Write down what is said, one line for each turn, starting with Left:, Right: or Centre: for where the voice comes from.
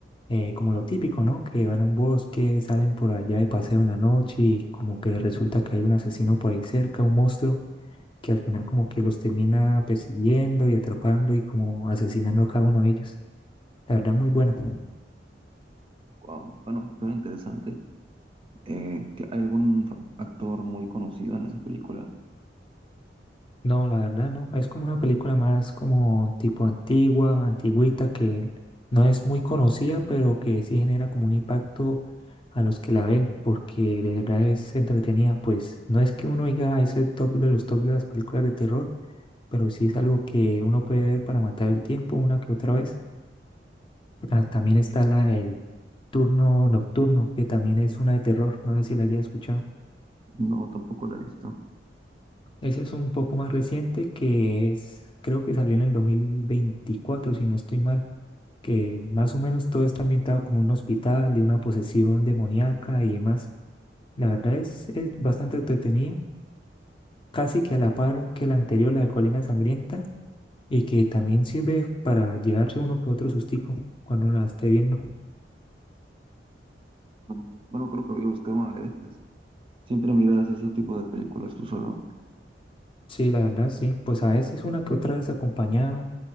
Left: eh, como lo típico, ¿no? Que van a un bosque, salen por allá de paseo en la noche y como que resulta que hay un asesino por ahí cerca, un monstruo, que al final como que los termina persiguiendo y atrapando y como asesinando a cada uno de ellos. La verdad muy buena.
Right: wow, bueno, suena interesante. Eh, ¿que ¿hay algún fa- actor muy conocido en esa película?
Left: No, la verdad no. Es como una película más como tipo antigua, antigüita, que no es muy conocida, pero que sí genera como un impacto a los que la ven, porque de verdad es entretenida. Pues no es que uno diga es el top de los top de las películas de terror, pero sí es algo que uno puede ver para matar el tiempo una que otra vez. Ah, también está la el turno nocturno, que también es una de terror. No sé si la haya escuchado.
Right: No, tampoco la he visto.
Left: Ese es un poco más reciente que es, creo que salió en el 2024, si no estoy mal, que más o menos todo está ambientado como un hospital de una posesión demoníaca y demás. La verdad es, es bastante entretenida, casi que a la par que la anterior, la de Colina Sangrienta, y que también sirve para llevarse uno que otro sustico cuando la esté viendo.
Right: No. Bueno, creo que voy a buscar una de esas. ¿Siempre miras ese tipo de películas tú solo?
Left: Sí, la verdad sí, pues a veces una que otra vez acompañado